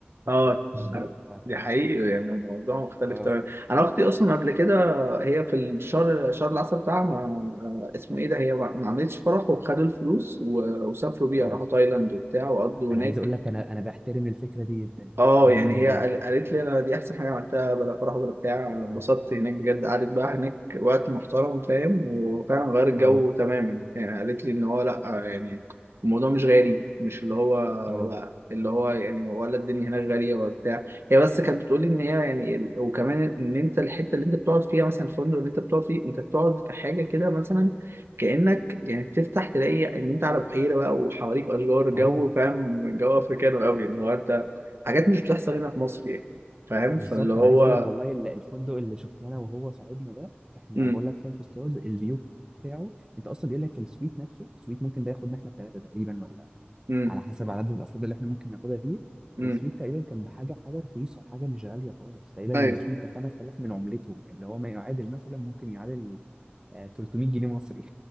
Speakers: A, on the right; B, on the right.
A: تحفه
B: اه
A: تحفه
B: دي حقيقي يعني الموضوع مختلف
A: اه
B: تماما انا اختي اصلا قبل كده هي في الشهر شهر العسل بتاعها ما اسمه ايه ده هي ما ما عملتش فرح وخدوا الفلوس و- وسافروا بيها
A: اه
B: راحوا تايلاند وبتاع وقضوا
A: انا
B: هناك
A: عايز اقول لك انا انا بحترم الفكره دي جدا
B: اه
A: جدا
B: يعني
A: جدا
B: هي قال- قالت لي انا دي احسن حاجه عملتها بلا فرح ولا بتاع أنا
A: اه
B: انبسطت هناك بجد قعدت بقى هناك وقت محترم فاهم وفعلا غير الجو
A: اه
B: تماما يعني قالت لي ان هو لا يعني الموضوع مش غالي مش اللي هو
A: اه
B: بقى اللي هو يعني ولا الدنيا هناك غاليه ولا بتاع هي بس كانت بتقولي ان هي يعني ال- وكمان ان انت الحته اللي انت بتقعد فيها مثلا الفندق اللي انت بتقعد فيه انت بتقعد في حاجه كده مثلا كانك يعني بتفتح تلاقي ان انت على بحيره بقى وحواليك اشجار جو
A: اه
B: فاهم جو افريكانو قوي اللي هو انت حاجات مش بتحصل هنا في مصر يعني فاهم
A: بالظبط
B: فاللي هو
A: انا عايز اقول لك والله ال- الفندق اللي شفناه انا وهو صاحبنا ده احنا
B: امم
A: بقول لك فايف ستارز الفيو بتاعه انت اصلا بيقول لك السويت نفسه السويت ممكن ده ياخدنا احنا الثلاثه تقريبا ولا
B: امم
A: على حسب عدد الافراد اللي احنا ممكن ناخدها فيه
B: امم
A: السويت تقريبا كان بحاجه حاجه رخيصه حاجه مش غاليه خالص تقريبا
B: ايوه
A: السويت ب 5000 من عملتهم اللي هو ما يعادل مثلا ممكن يعادل آه، 300 جنيه مصري